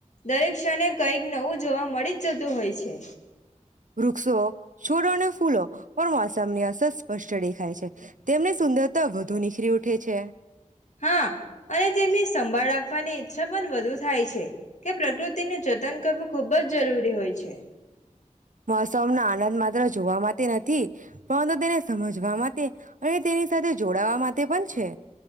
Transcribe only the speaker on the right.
વૃક્ષો, છોડો અને ફૂલો પણ માસમની અસર પસ્ટડી ખાય છે. તેમને સુંદરતા વધુ નીખરી ઉ ઉઠે છે.
મોસમનો આનંદ માત્ર જોવા માટે નથી પરંતુ તેને સમજવા માટે અને તેની સાથે જોડાવા મા ટે પણ છે.